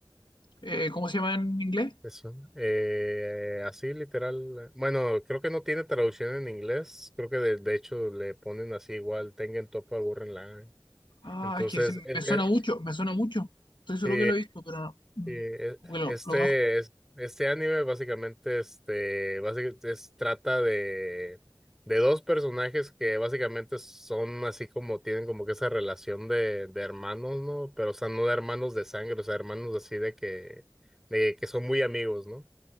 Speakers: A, on the left; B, in the centre.
A: Eh, ¿cómo se llama en inglés?
B: eso, eh, así literal, bueno, creo que no tiene traducción en inglés, creo que de, de hecho le ponen así igual, Tengen Toppa Gurren Lagann,
A: Ah,
B: entonces,
A: es que sí,
B: es,
A: me suena
B: es-
A: mucho, me suena mucho. Estoy
B: sí,
A: seguro que lo he visto, pero no, mm,
B: Sí, e-
A: como que lo,
B: este,
A: lo conozco.
B: es- este anime básicamente, este, básicamente es- trata de, de dos personajes que básicamente son así como tienen como que esa relación de, de hermanos, ¿no? Pero o sea, no de hermanos de sangre, o sea, hermanos así de que, de que son muy amigos, ¿no?